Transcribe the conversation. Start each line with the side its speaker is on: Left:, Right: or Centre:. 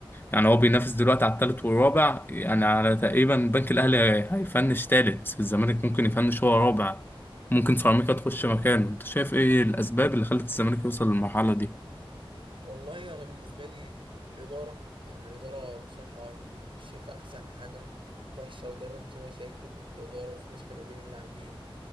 Left: يعني هو بينافس دلوقتي على التالت والرابع يعني على تقريبا البنك الاهلي هيفنش تالت الزمالك ممكن يفنش هو رابع ممكن سيراميكا تخش مكانه انت شايف ايه الاسباب اللي خلت الزمالك يوصل للمرحلة دي
Right: والله انا بالنسبه لي ال- الاداره يعني الاداره بصراحه يعني مش شايفه احسن حاجه وحشه ودايما في مشاكل في الاداره وفي مشاكل ما بين اللاعبين